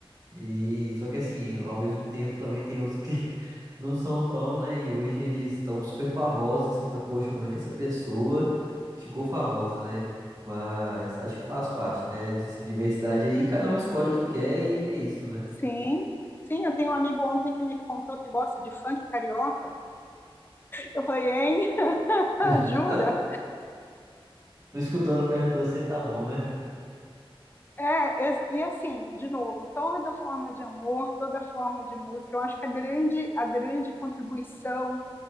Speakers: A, on the right (about 40°); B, on the left (about 20°).
A: E só que assim, ao mesmo tempo também tem uns que <laughs> não são tão, né? E hoje eles estão super famosos. E você fica, poxa, como é que essa pessoa ficou famosa, né? Mas acho que faz parte, né? Dessa diversidade aí, cada um escolhe o que quer e é isso, né?
B: Sim, sim. Eu tenho um amigo ontem que me contou que gosta de funk carioca. Eu falei, hein? <laughs>
A: <laughs>
B: Jura?
A: Não escutando perto de você tá bom, né?
B: É, exa- e assim, de novo, toda forma de amor, toda forma de música, eu acho que a grande, a grande contribuição